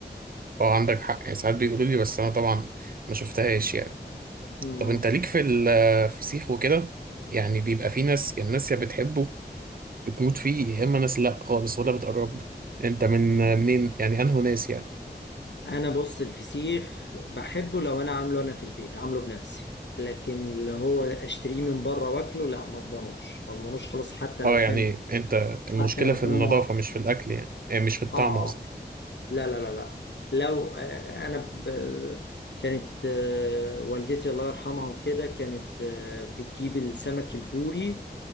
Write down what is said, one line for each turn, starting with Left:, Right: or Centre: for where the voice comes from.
Right: فهو عندك حق يعني ساعات بيقولوا لي بس انا طبعا ما شفتهاش يعني
Left: مم.
Right: طب انت ليك في الفسيخ وكده يعني بيبقى في ناس يعني الناس يا بتحبه بتموت فيه يا اما ناس لا خالص ولا بتقرب له انت من منين يعني انه ناس يعني
Left: انا بص الفسيخ بحبه لو انا عامله انا في البيت عامله بنفسي لكن اللي هو اشتريه من بره واكله لا ما اضمنوش ما اضمنوش خلاص حتى
Right: اه
Left: لو
Right: يعني
Left: كان
Right: انت المشكلة
Left: حتى لو
Right: في النظافة
Left: كان مع...
Right: مش في الاكل يعني, يعني مش في الطعم
Left: اه آه.
Right: قصدي
Left: لا لا لا لا لو آه، انا ب... كانت آه، والدتي الله يرحمها وكده كانت آه، بتجيب السمك البوري